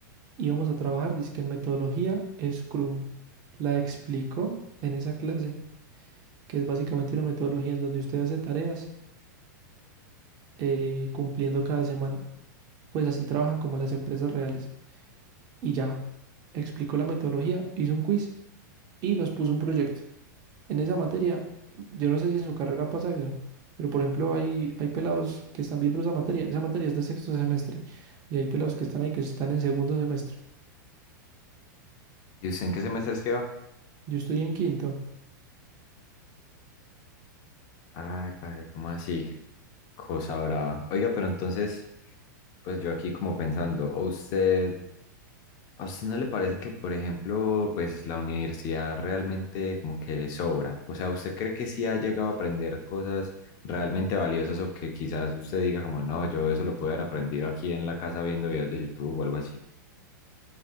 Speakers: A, on the right (about 35°); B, on the left (about 40°).
A: íbamos a trabajar, dizque en metodología Scrum. La explicó en esa clase, que es básicamente una metodología en donde usted hace tareas eh, cumpliendo cada semana. Pues así trabajan como las empresas reales. Y ya, explicó la metodología, hizo un quiz y nos puso un proyecto. En esa materia, yo no sé si en su carrera pasa eso, pero por ejemplo hay, hay pelados que están viendo esa materia. Esa materia es de sexto semestre y hay pelados que están ahí que están en segundo semestre.
B: ¿Y usted en qué semestre es que va?
A: Yo estoy en quinto.
B: Ay, padre, ¿cómo así? Cosa brava. Oiga, pero entonces, pues yo aquí como pensando, ¿o usted ¿A usted no le parece que, por ejemplo, pues la universidad realmente como que le sobra? O sea, ¿usted cree que sí ha llegado a aprender cosas realmente valiosas o que quizás usted diga como, no, yo eso lo pude haber aprendido aquí en la casa viendo videos de YouTube o algo así?